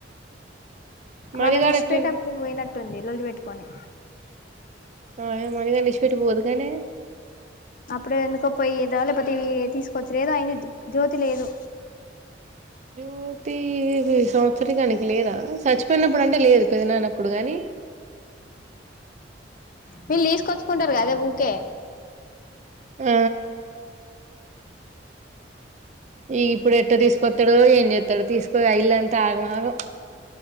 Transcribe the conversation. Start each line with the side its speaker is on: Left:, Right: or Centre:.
Right: మణిగాడు
Left: వాళ్ళ నిష్పేట
Right: ఎట్టుండు
Left: అప్పుడు పోయినట్టుంది లొల్లి పెెట్టుకొని
Right: ఆ ఏమనగా నిషిపెట్టి పోదుగానే
Left: అప్పుడే ఎందుకో పోయీదొల్లే ప్రతీ తీసుకోచీరి ఏదో అయింది జ్యోతి లేదు
Right: జ్యోతి సంవత్సరీకానికి లేదా సచ్చిపోయినప్పుడు అంటే లేదు పెదనానప్పుడు కానీ
Left: వీళ్ళు తీసుకొచ్చుకుంటారు కదే ఊకే
Right: ఆ ఈగా ఇప్పుడు ఎట్ట తీసుకొస్తాడో ఏం చేస్తాడో తీసుకోపోయి ఇయిల్లంతా ఆగమాగం